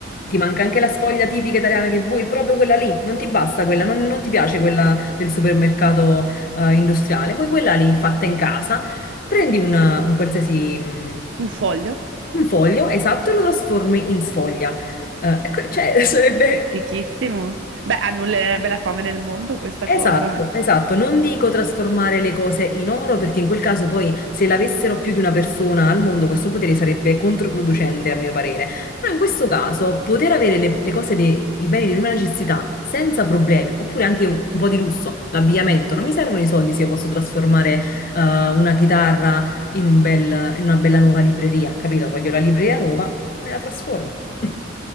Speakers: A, on the left; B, on the right.
A: ti manca anche la sfoglia tipica italiana che vuoi, proprio quella lì, non ti basta quella, non non ti piace quella del supermercato eh, industriale, poi quella lì fatta in casa, prendi un, un qualsiasi mm,
B: Un foglio?
A: un foglio, esatto, e lo trasformi in sfoglia. Eh, ecco, cioè, <laughs> sarebbe
B: Fichissimo. Beh, annullerebbe la fame nel mondo questa
A: Esatto,
B: cosa.
A: esatto. Non dico trasformare le cose in oro perché in quel caso poi se l'avessero più di una persona al mondo questo potere sarebbe controproducente a mio parere. Però in questo caso poter avere le, le cose, dei, i beni di prima necessità senza problemi oppure anche un, un po' di lusso, l'abbigliamento, non mi servono i soldi se io posso trasformare eh, una chitarra in un bel- in una bella nuova libreria, capito? Voglio la libreria nuova, me la trasformo. <laughs>